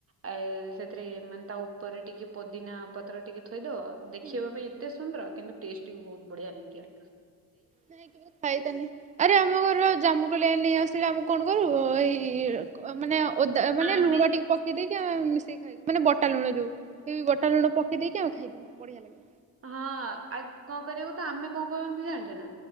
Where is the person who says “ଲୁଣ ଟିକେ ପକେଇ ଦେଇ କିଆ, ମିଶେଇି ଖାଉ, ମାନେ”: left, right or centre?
Right